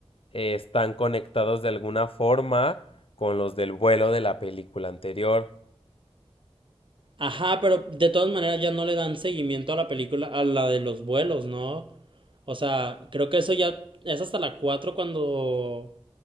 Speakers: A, on the left; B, on the right.
A: eh, están conectados de alguna forma con los del vuelo de la película anterior.
B: Ajá, pero de todas maneras ya no le dan seguimiento a la película, a la de los vuelos, ¿no? O sea, creo que eso ya es hasta la 4 cuando